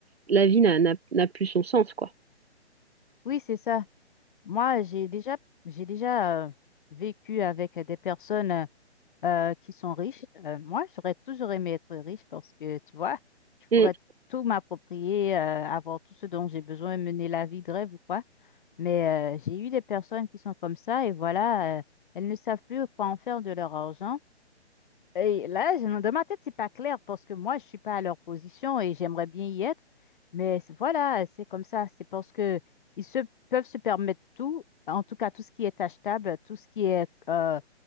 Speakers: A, on the right (about 65°); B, on the left (about 45°).
A: la vie n'a n'a- n'a plus son sens, quoi.
B: Oui, c'est ça. Moi, j'ai déjà, j'ai déjà euh, vécu avec des personnes euh, qui sont riches. Euh, moi, j'aurais toujours aimé être riche parce que, tu vois, je
A: Mm.
B: pourrais tout m'approprier, euh, avoir tout ce dont j'ai besoin, mener la vie de rêve ou quoi. Mais euh, j'ai eu des personnes qui sont comme ça et voilà, euh, elles ne savent plus quoi en faire de leur argent. Et là, je- dans ma tête, c'est pas clair parce que moi, je suis pas à leur position et j'aimerais bien y être. Mais c'est- voilà, c'est comme ça. C'est parce que ils se peuvent se permettre tout, en tout cas tout ce qui est achetable, tout ce qui est, euh,